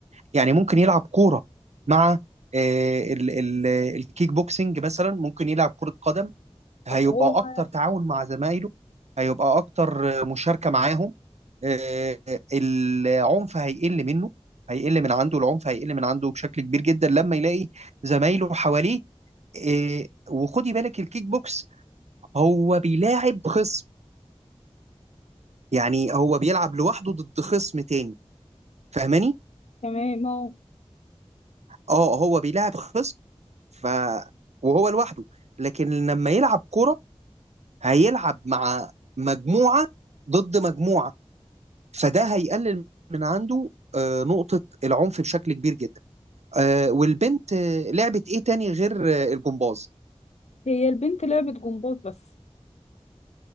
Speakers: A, on the right (about 75°); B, on the left (about 75°).
A: يعني ممكن يلعب كورة مع آه، ال- ال- الكيك بوكسنج مثلا ممكن يلعب كرة قدم هيبقى
B: طب هو
A: أكتر تعاون مع زمايله هيبقى أكتر آه، مشاركة معاهم آه، العنف هيقل منه هيقل من عنده العنف هيقل من عنده بشكل كبير جدا لما يلاقي زمايله حواليه آه، وخدي بالك الكيك بوكس هو بيلاعب خصم يعني هو بيلعب لوحده ضد خصم تاني فاهماني؟
B: تمام اهو
A: اه هو بيلاعب خصم ف وهو لوحده لكن لما يلعب كرة هيلعب مع مجموعة ضد مجموعة فده هيقلل من عنده آه، نقطة العنف بشكل كبير جدا آه، والبنت آه، لعبت ايه تاني غير آه، الجمباز
B: هي البنت لعبة جمباز بس